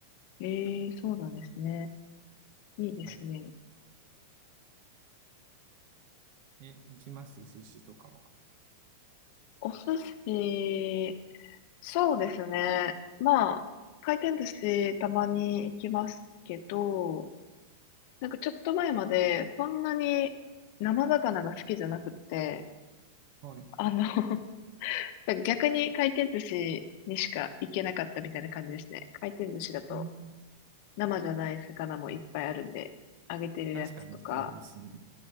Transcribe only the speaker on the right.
はい。え、行きます寿司とかは。
はい。
うん、
確かにそうですね。